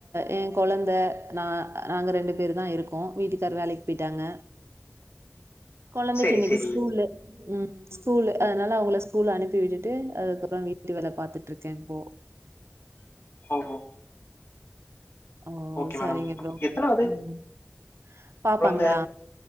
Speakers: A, on the right; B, on the left.
A: எ கொழந்த நா நாங்க ரெண்டு பேர்தா இருக்கோ வீட்டுக்கார் வேலைக் போய்டாங்க. கொழந்தைக்கு
B: செரி
A: இன்னிக்கு
B: செரி
A: ஸ்கூலு ம். ஸ்கூலு அதனால அவுங்கள ஸ்கூலு அனுப்பி விட்டுட்டு அதுக்கப்புறோ வீட்டு வேல பாத்துட்ருக்கே இப்போ.
B: ஓஹோ.
A: ஓ
B: ஓகே
A: சரிங்க
B: மேடம்
A: ப்ரோ
B: எத்தனாவது
A: ம். பாப்பாங்ளா
B: குழந்த